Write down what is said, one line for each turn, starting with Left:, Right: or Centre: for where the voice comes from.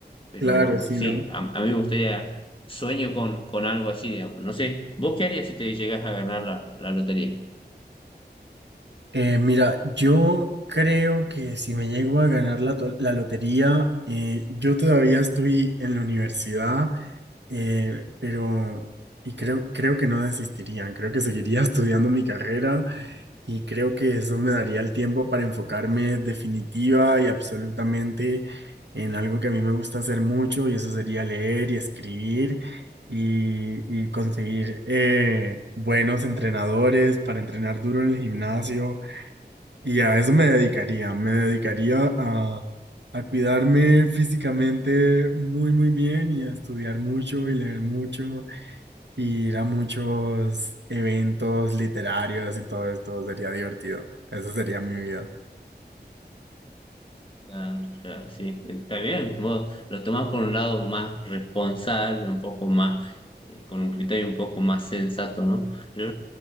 Left: Pero
Right: Claro, sí,
Left: sí,
Right: ¿no?
Left: a, a mí me gustaría, sueño con, con algo así, digamos. No sé, ¿vos qué harías si te llegas a ganar la, la lotería?
Right: Eh, mira, yo creo que si me llego a ganar la, to- la lotería, eh, yo todavía estoy en la universidad, eh, pero y creo, creo que no desistiría, creo que seguiría <laughs> estudiando mi carrera y creo que eso me daría el tiempo para enfocarme definitiva y absolutamente en algo que a mí me gusta hacer mucho y eso sería leer y escribir y, y conseguir eh, buenos entrenadores para entrenar duro en el gimnasio y a eso me dedicaría, me dedicaría a, a cuidarme físicamente muy, muy bien y a estudiar mucho y leer mucho, y ir a muchos eventos literarios y todo esto sería divertido. Esa sería mi vida.
Left: Claro, claro, sí, está bien. Vos lo tomás por un lado más responsable, un poco más, eh, con un criterio un poco más sensato, ¿no? Yo,